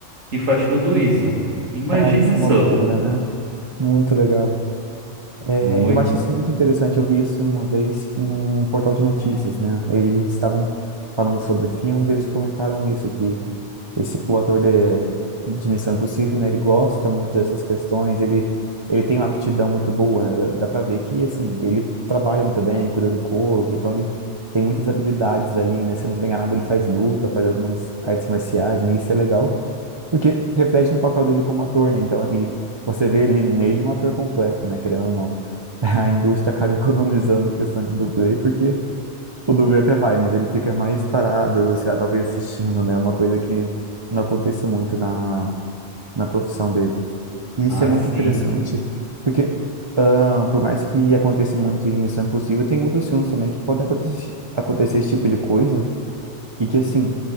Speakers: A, on the right (about 85°); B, on the right (about 30°).
A: e faz tudo isso. Imagina
B: Cara, isso é
A: só.
B: uma loucura, né? Muito legal. É,
A: Muito.
B: eu acho isso muito interessante. Eu vi isso uma vez em um portal de notícias, né? Eles estavam falando sobre filmes, eles comentaram isso aqui. Esse, o ator de, de Missão Impossível, né? Ele gosta muito dessas questões. Ele ele tem uma aptidão muito boa, né? Dá, dá para ver que assim ele trabalha muito bem, cuida do corpo, então ele tem muitas habilidades ali, né? Se eu não estiver enganado, ele faz luta, faz algumas artes marciais, né? Isso é legal porque reflete no papel dele como ator, né? Então, ele, você vê ali nele um ator completo, né? Querendo ou não. <laughs> A indústria acaba economizando em questão de dublê, porque o dublê até vai, mas ele fica mais parado, sei lá, talvez assistindo, né? Uma coisa que não acontece muito na, na profissão dele. E isso
A: Ah,
B: é muito
A: sim.
B: interessante, porque ah, por mais que aconteça muito em Missão Impossível, tem outros filmes também que podem acontecer, acontecer esse tipo de coisa. E que, assim,